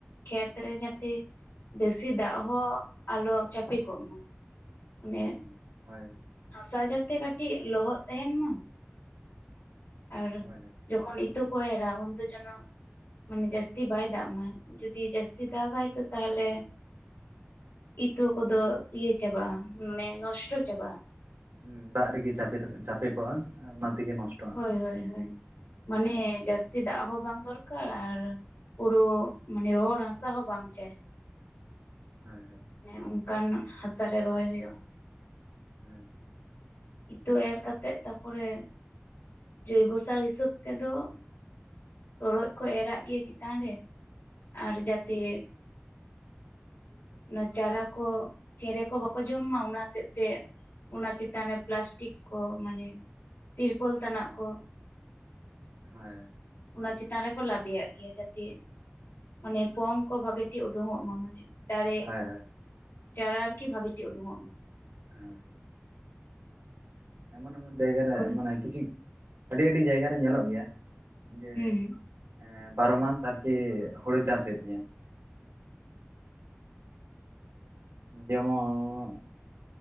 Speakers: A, on the left; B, on the right.
A: ᱠᱷᱮᱛᱨᱮ ᱡᱟᱛᱮ ᱵᱮᱥᱤ ᱫᱟᱜ ᱦᱚᱸ ᱟᱞᱚ ᱪᱟᱯᱮ ᱠᱚᱜ ᱢᱟ᱾ ᱚᱱᱮ
B: ᱦᱩᱸ ᱦᱩᱸ ᱦᱳᱭ
A: ᱦᱟᱥᱟ ᱡᱟᱛᱮ ᱠᱟᱹᱴᱤᱡ ᱞᱚᱦᱚᱫ ᱛᱟᱦᱮᱱ ᱢᱟ ᱟᱨ
B: ᱦᱳᱭ
A: ᱡᱚᱠᱷᱚᱱ ᱤᱛᱟᱹ ᱠᱚ ᱮᱨᱟ ᱩᱱ ᱫᱚ ᱡᱮᱱᱚ ᱢᱟᱱᱮ ᱡᱟᱹᱥᱛᱤ ᱵᱟᱭ ᱫᱟᱜ ᱢᱟᱭ ᱡᱩᱫᱤ ᱡᱟᱹᱥᱛᱤ
B: ᱦᱳᱭ
A: ᱫᱟᱜᱼᱟᱭ ᱛᱚ ᱛᱟᱦᱟᱞᱮ ᱤᱛᱟᱹ ᱠᱚᱫᱚ ᱤᱭᱟᱹ ᱪᱟᱵᱟᱜᱼᱟ, ᱢᱟᱱᱮ ᱱᱚᱥᱴᱚ ᱪᱟᱵᱟᱜᱼᱟ᱾
B: ᱦᱩᱸ ᱫᱟᱜ ᱨᱮᱜᱤ ᱪᱟᱯᱮ <unintelligible> ᱪᱟᱯᱮ ᱠᱚᱜᱼᱟ ᱚᱱᱟ ᱛᱮᱜᱮ ᱱᱚᱥ
A: ᱦᱳᱭ - ᱦᱳᱭ ᱼ ᱦᱳᱭ ᱢᱟᱱᱮ ᱡᱟᱹᱥᱛᱤ ᱫᱟᱜ ᱦᱚᱸ ᱵᱟᱝ ᱫᱚᱨᱠᱟᱨ ᱟᱨ ᱯᱩᱨᱟᱹ ᱢᱟᱱᱮ ᱨᱚᱦᱚᱲ ᱦᱟᱥᱟ ᱦᱚᱸ ᱵᱟᱝ ᱪᱮ
B: ᱦᱚᱭᱸ- ᱦᱚᱭ
A: ᱟᱱᱮ ᱚᱱᱠᱟᱱ ᱦᱟᱥᱟ ᱨᱮ ᱨᱚᱦᱚᱭ ᱦᱩᱭᱩᱜᱼᱟ
B: <inaudible>
A: ᱤᱛᱟᱹ ᱮᱨ ᱠᱟᱛᱮᱜ ᱛᱟᱯᱚᱨᱮ <unintelligible> ᱡᱳᱭᱵᱚ ᱥᱟᱨ ᱦᱤᱥᱟᱹᱵ ᱛᱮᱫᱚ ᱛᱚᱨᱚᱡ ᱠᱚ ᱮᱨᱟᱼᱜ ᱜᱮᱭᱟ ᱪᱮᱛᱟᱱ ᱨᱮ ᱟᱨ ᱡᱟᱛᱮ
B: <inaudible>
A: ᱚᱱᱟ ᱪᱟᱨᱟ ᱠᱚ ᱪᱮᱬᱮ ᱠᱚ ᱵᱟᱠᱚ ᱡᱚᱢ ᱢᱟ ᱚᱱᱟ ᱦᱚᱛᱮᱜ ᱛᱮ ᱚᱱᱟ ᱪᱮᱛᱟᱱ ᱨᱮ ᱯᱞᱟᱥᱴᱤᱠ ᱠᱚ ᱢᱟᱱᱮ ᱛᱤᱨᱯᱳᱞ ᱛᱟᱱᱟᱜ ᱠᱚ
B: ᱦᱮᱭ
A: ᱚᱱᱟ ᱪᱮᱛᱟᱱ ᱨᱮᱠᱚ ᱞᱟᱫᱮᱭᱟᱼᱜ ᱜᱮᱭᱟ ᱡᱟᱛᱮ ᱢᱟᱱᱮ ᱯᱚᱝ ᱠᱚ ᱵᱷᱟᱜᱮ ᱴᱷᱤᱠ ᱩᱰᱩᱝ ᱚᱜ ᱢᱟ ᱢᱟᱱᱮ ᱫᱟᱨᱮ
B: ᱦᱳᱭ
A: ᱪᱟᱨᱟ ᱟᱨᱠᱤ ᱵᱷᱟᱜᱤ ᱴᱷᱤᱠ ᱩᱰᱩᱠᱚᱜ ᱢᱮ
B: ᱦᱮ <unintelligible> ᱮᱢᱚᱱ ᱮᱢᱚᱱ ᱡᱟᱭᱜᱟᱨ ᱨᱮ
A: ᱦᱳᱭ
B: ᱢᱟᱱᱮ ᱠᱤᱪᱷᱩ ᱟᱹᱰᱤ ᱟᱹᱰᱤ ᱡᱟᱭᱜᱟᱨ ᱨᱮ ᱧᱮᱞᱚᱜ ᱜᱮᱭᱟ ᱡᱮ
A: ᱦᱩᱸ
B: ᱮᱸᱻ ᱵᱟᱨᱚ ᱢᱟᱥ ᱟᱨᱠᱤ ᱦᱩᱲᱩ ᱪᱟᱥ ᱦᱩᱭᱩᱜ ᱜᱮᱭᱟ᱾ ᱡᱮᱢᱚᱱ